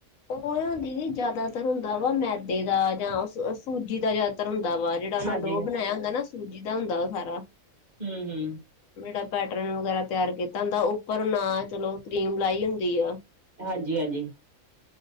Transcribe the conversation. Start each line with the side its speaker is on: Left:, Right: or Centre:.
Left: ਓ ਹੋ ਨਾ ਦੀਦੀ ਜ਼ਿਆਦਾਤਰ ਹੁੰਦਾ ਵਾ ਮੈਦੇ ਦਾ ਜਾਂ ਸ ਸੂਜੀ ਦਾ ਜਾ ਤਰ ਹੁੰਦਾ ਵਾ ਜੇੜਾ ਉਨਾਂ
Right: ਹਾਂਜੀ
Left: ਡੋ ਬਣਾਇਆ ਹੁੰਦਾ ਨਾ ਸੂਜੀ ਦਾ ਹੁੰਦਾ ਓ ਸਾਰਾ।
Right: ਹੂੰ-ਹੂੰ।
Left: ਜੇੜਾ ਪੈਟਰਨ ਵਗੈਰਾ ਤਿਆਰ ਕੀਤਾ ਹੁੰਦਾ ਉੱਪਰ ਨਾ ਚਲੋ ਕਰੀਮ ਲਾਈ ਹੁੰਦੀ ਆ।
Right: ਹਾਂਜੀ-ਹਾਂਜੀ।